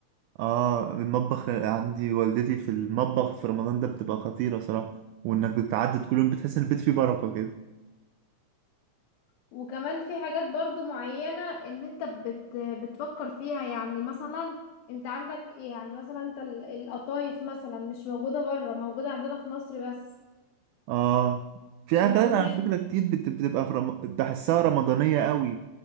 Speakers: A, on the right (about 85°); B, on the left (about 85°).
A: اه المطبخ عندي والدتي في المطبخ في رمضان ده بتبقى خطيرة صراحة وانك بتعدي كل يوم بتحس ان البيت فيه بركة كده
B: وكمان في حاجات برضو معينة إن أنت بت بتفكر فيها يعني مثلا أنت عندك يعني مثلا أنت ال- القطايف مثلا مش موجودة بره موجودة عندنا في مصر بس
A: اه في
B: الكنافة
A: اكلات على فكرة كتير بت- بتبقى في رم... تحسها رمضانية قوي